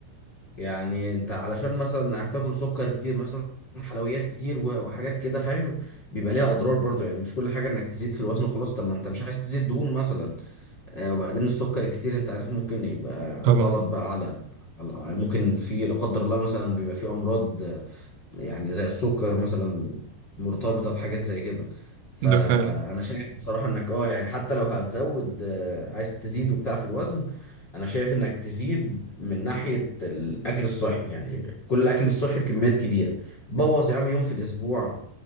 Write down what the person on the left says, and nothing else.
يعني انت علشان مثلا هتاكل سكر كتير مثلا حلويات كتير و- وحاجات كده فاهم بيبقى ليها اضرار برضو يعني مش كل حاجه انك تزيد في الوزن وخلاص طب ما انت مش عايز تزيد دهون مثلا آه وبعدين السكر الكتير انت عارف ممكن يبقى
غلط بقى على على- ممكن في لا قدر الله مثلا بيبقى في امراض يعني زي السكر مثلا مرتبطة بحاجة زي كده فأنا
شايف بصراحة إنك أه يعني حتى لو هتزود آه، عايز تزيد وبتاع في الوزن أنا شايف إنك تزيد من ناحية الأكل الصحي يعني كل الأكل الصحي بكميات كبيرة بوظ يا عم يوم في الأسبوع